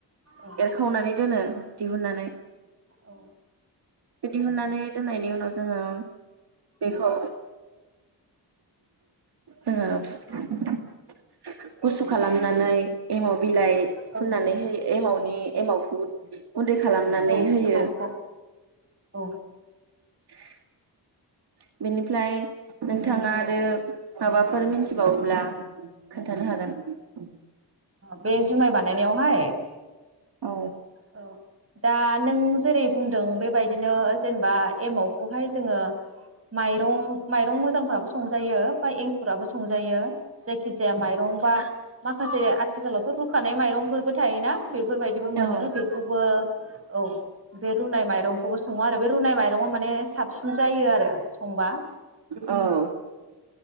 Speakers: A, on the right; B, on the right.
A: औ
B: एरखावनानै दोनो दिहुननानै
A: औ
B: दिहुननानै दोननायनि उनाव जोङो बेखौ जोङो गुसु खालामनानै
A: औ
B: एमाव बिलाइ
A: औ
B: फुननानै हो एमावनि एमावखौ गुन्दै खालामनानै
A: औ
B: होयो
A: एमावखौ औ
B: <unintelligible> बेनिफ्राय नोंथाङा आरो माबाफोर मिथिबावोब्ला खोन्थानो हागोन
A: बे जुमाय बानायनायावहाय
B: औ
A: औ दा नों जेरै बुंदों बेबायदिनो जेनेबा एमाव बेहाय जोङो माइ माइरं माइरं मोजांफ्राबो संजायो बा एंखुराबो संजायो जखिस माइरं बा माखासे आथिखालावथ' रुखानाय माइरंफोरबो थायोना बेफोरबायदिबो मोनो
B: औ
A: बेखौबो औ बे रुनाय माइरंखौबो सङो आरो बे रुनाय माइरङआ माने साबसिन जायो आरो ओ संबा
B: औ